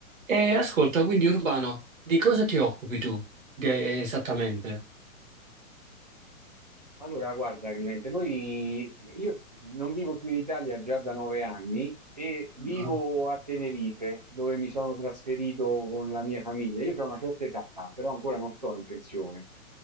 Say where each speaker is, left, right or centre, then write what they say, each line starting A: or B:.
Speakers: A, on the right; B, on the right.
A: E ascolta, quindi Urbano, di cosa ti occupi tu de- esattamente?
B: Allora, guarda Clemente, noi, io non vivo più in Italia già da nove anni e vivo
A: Ah,
B: a Tenerife, dove mi sono trasferito con la mia famiglia. Io ho una certa età, però ancora non sto in pensione.